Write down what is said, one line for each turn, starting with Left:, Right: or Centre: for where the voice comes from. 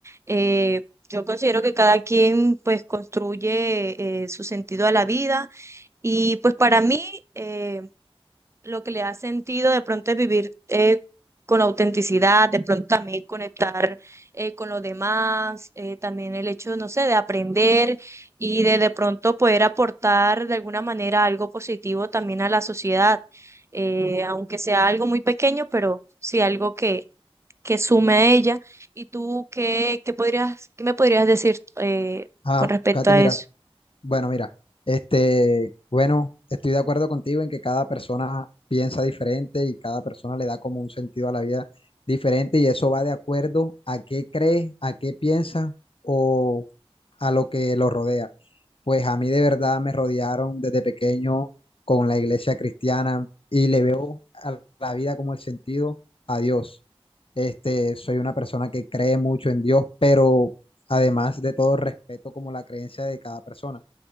Right: eh, yo considero que cada quien pues construye eh, su sentido a la vida y pues para mí eh, lo que le ha sentido de pronto es vivir eh, con autenticidad, de pronto también conectar eh, con los demás, eh, también el hecho, no sé, de aprender y de de pronto poder aportar de alguna manera algo positivo también a la sociedad, eh, aunque sea algo muy pequeño, pero sí algo que, que sume a ella. ¿Y tú qué, qué podrías, qué me podrías decir eh,
Left: Ah,
Right: con respecto
Left: Katy,
Right: a
Left: mira,
Right: eso?
Left: Bueno, mira, este, bueno, estoy de acuerdo contigo en que cada persona piensa diferente y cada persona le da como un sentido a la vida diferente y eso va de acuerdo a qué cree, a qué piensa o a lo que lo rodea. Pues a mí de verdad me rodearon desde pequeño con la iglesia cristiana y le veo a la vida como el sentido a Dios. Este, soy una persona que cree mucho en Dios, pero además de todo respeto como la creencia de cada persona.